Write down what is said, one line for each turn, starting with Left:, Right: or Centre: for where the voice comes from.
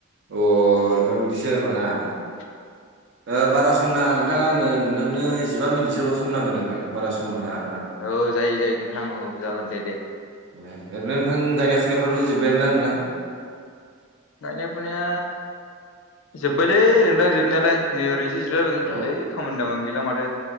Right: अ नोंथां बिदिसो होमबा ना।
Left: <inaudible>
Right: ओ बारा सम नाङा नोंथां आंनो नोंथांनो जिबा मिनिटसोल' सम नांगोन नोंथां बारा सम नाङा आरो।
Left: औ जायो जायो नोंथां औ जागोन दे दे।
Right: ए ओरैनो नोंथां गायनाय फुनायफ्रावथ' जोब्बायानो ना नोंथां?
Left: गायनाय फुनाया जोब्बायलै नोंथां जोबनायालाय नै ओरैनोसै जिरायबाय द दथ'लै।
Right: अ
Left: खामानि दामानि गैला माथो